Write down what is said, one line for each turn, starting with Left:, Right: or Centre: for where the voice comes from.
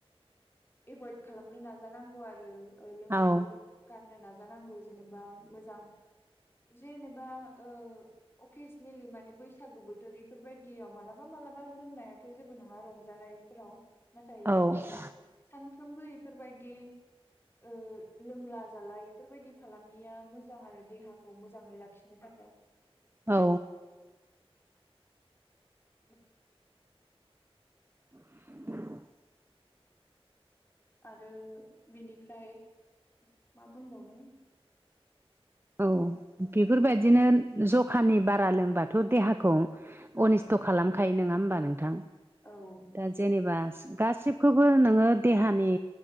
Left: एभयद खालामनो नाजानांगौ आरो ओ लों
Right: औ
Left: गारनो नाजानांगौ जेनेबा मोजां जेनेबा ओ अकेजनेलि माने बैसागु बो थोर इफोर बायदियाव मालाबा मालाबा लोंनायाथ' जेबो नङा रंजानायफोराव। नाथाय
Right: औ
Left: ओ सानफ्रोमबो इफोर बायदि ओ लोंला-जाला इफोर बायदि खालामिया मोजां आरो देहाखौ मोजाङै लाखिनो थाखाय।
Right: औ।
Left: <inaudible>
Right: <inaudible>
Left: आरो बिनिफ्राय मा बुंबावनो
Right: औ बेफोर बायदिनो
Left: ओम
Right: ज खानि बारा लोंबाथ' देहाखौ अनिस्थ' खालामखायो नङा ओमबा नोंथां?
Left: औ।
Right: दा जेनेबा सि गासिबखोबो नोङो देहानि